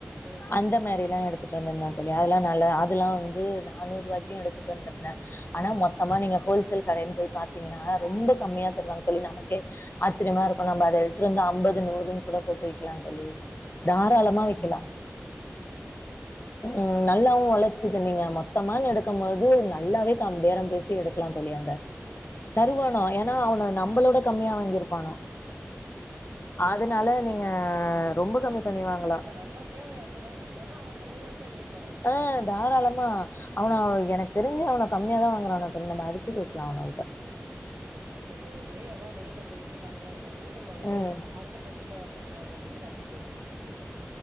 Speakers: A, on the right (about 75°); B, on the left (about 50°).
A: ம்
B: அந்த மாரிலா எடுத்துட்டு வந்துருந்த தோழி அதெல்லா நல்லது அதெல்லா வந்து நானூறுவாய்க்கு எடுத்துட்டு வந்துருந்த ஆனா மொத்தமா நீங்க ஹோல்சேல் கடைன்னு போய் பாத்தீங்கன்னா ரொம்ப கம்மியா தருவாங்க தோழி நமக்கே ஆச்சரியமா இருக்கு நம்ப அத எடு த்துட்டு வந்து ஈம்பது நூறுன்னு கூட போட்டு விக்கலா தோழி தாராளமா
A: கண்டிப்பா
B: விக்கலா
A: ம் ம்.
B: ம் நல்லாவு ஒழச்சுது நீங்க மொத்தமானு எடுக்கும் போது நல்லாவே கம் பேரம் பேசி எடுக்கலா தோழி அங்க தருவானோ
A: கண்டிப்பா
B: ஏன்னா அவன நம்பளோட கம்மியா வாங்கியிருப்பானோ
A: ம்
B: அதனால நீங்க ரொம்ப
A: அதா
B: கம்மி
A: தோழி
B: பண்ணிவாங்களாம்.
A: சொல்ற இப்ப நம்மள்ட்டே அவ எரநூறுவாய்க்கு குடுக்குறானா அவ அப்ப நூறுவாய்க்கு வாங்கிருப்
B: ஆ தாராளமா அவன எனக்கு தெரிஞ்சி அவன கம்மியா தா வாங்குறானுவோ தோழி நம்ம அடிச்சு பேசலா அவனுவோள்ட்ட
A: ம் செரி ஒரு முறை அதா நேர்ல போயிட்டே பாக் கலா தோழி நம்ம வந்து
B: ம்.
A: அடுத்த பதிவுல பேசலா தோழி நன்றி தோழி நன்றி தோழி